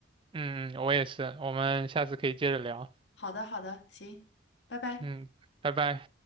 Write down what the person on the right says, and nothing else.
嗯，嗯我也是。我们下次可以接着聊。
嗯，拜拜。